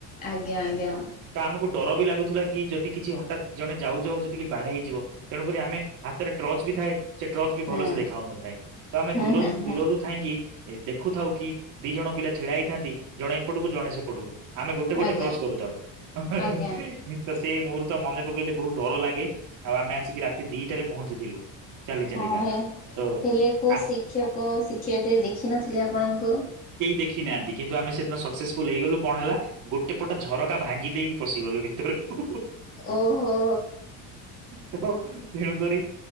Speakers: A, on the left; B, on the right.
A: ଆଜ୍ଞା ଆଜ୍ଞା
B: ତ ଆମକୁ ଡର ବି ଲାଗୁଥିଲା କି ଯଦି କିଛି ହଠାତ୍ ଜଣେ ଯାଉ ଯାଉ ଯଦି କି ବାଡେ ହେଇଯିବ। ତେଣୁକରି ଆମେ ହାତରେ ଟର୍ଚ ବି ଥାଏ। ସେ ଟର୍ଚ ବି
A: ହୁଁ।
B: ଭଲସେ ଦେଖା ହାଉନଥାଏ ତ ଆମେ
A: ହୁଁ
B: ଦୂର
A: ହୁଁ ହୁଁ
B: ଦୂରରୁ ଥାଇଁକି ଏ ଦେଖୁଥାଉ କି ଦି ଜଣ ପିଲା ଛିଡା ହେଇଥାନ୍ତି ଜଣେ ଏପଟକୁ ଜଣେ ସେପଟକୁ। ଆମେ ଗୋଟେ ଗୋଟେ
A: ଆଜ୍ଞା
B: କ୍ରସ୍ କରୁଥାଉ। <unintelligible>
A: ଆଜ୍ଞା
B: ହୁଁ ତ ସେ ମୁହୂର୍ତ୍ତ ମନେ ପକେଇଲେ ବହୁତ ଡର ଲାଗେ ଆଉ ଆମେ ଆସିକି ରାତି ଦିଟାରେ ପହଞ୍ଚିଥିଲୁ। ଚାଲି
A: ହଁ
B: ଚାଲିକା
A: <inaudible>
B: ତ
A: ହେଲେ କୋଉ
B: ଆସ
A: ଶିକ୍ଷକ ଶିକ୍ଷୟିତ୍ରୀ ଦେଖିନଥିଲେ ଆପଣଙ୍କୁ।
B: କେହି ଦେଖିନାହାନ୍ତି କିନ୍ତୁ ଆମେ ସେଦିନ ସକ୍ସେସଫୁଲ ହେଇଗଲୁ କଣ ହେଲା ଗୋଟେ ପଟ ଝରକା ଭାଙ୍ଗି ଦେଇକି ପିଶି ଗଲୁ ଭି ତରକୁ <inaudible>
A: ଓହୋ ହୋ
B: ତ ତେଣୁକରି